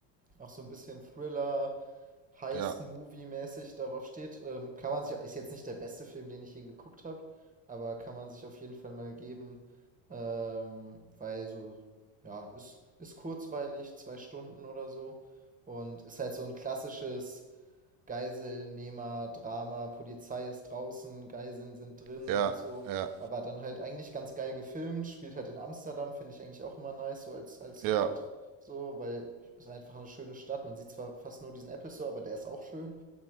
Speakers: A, on the right; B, on the right.
A: auch so ein bisschen Thriller, Heist-Movie-mäßig
B: ja,
A: darauf steht. Ähm, kann man sich, ist jetzt nicht der beste Film, den ich je geguckt habe, aber kann man sich auf jeden Fall mal geben, ähm, weil so, ja, ist, ist kurzweilig, zwei Stunden oder so und ist halt so ein klassisches Geiselnehmer, Drama, Polizei ist draußen, Geiseln sind drin
B: ja,
A: und so.
B: ja,
A: Aber dann halt eigentlich ganz geil gefilmt, spielt halt in Amsterdam, finde ich eigentlich auch immer nice, so als, als
B: ja.
A: Ort. So, weil es ist einfach eine schöne Stadt. Man sieht zwar fast nur diesen Apple Store, aber der ist auch schön.